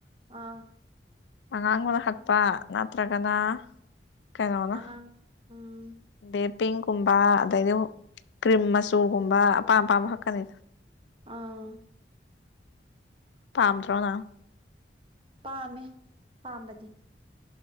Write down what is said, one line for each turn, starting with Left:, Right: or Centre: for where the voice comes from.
Right: ꯑꯥ
Left: ꯑꯉꯥꯡꯕꯅ ꯍꯛꯄ ꯅꯠꯇ꯭ꯔꯒꯅ ꯀꯩꯅꯣꯅ
Right: ꯑꯉꯥꯡ ꯎꯝ
Left: ꯕꯦꯄꯤꯡꯀꯨꯝꯕ ꯑꯗꯩꯗꯤ ꯀ꯭ꯔꯤꯝ ꯃꯆꯨꯒꯨꯝꯕ ꯑꯄꯥꯝ ꯑꯄꯥꯝꯕ ꯍꯛꯀꯅꯤ
Right: ꯑ
Left: ꯄꯥꯝꯗ꯭ꯔꯣ ꯅꯪ
Right: ꯄꯥꯝꯃꯦ ꯄꯥꯝꯕꯗꯤ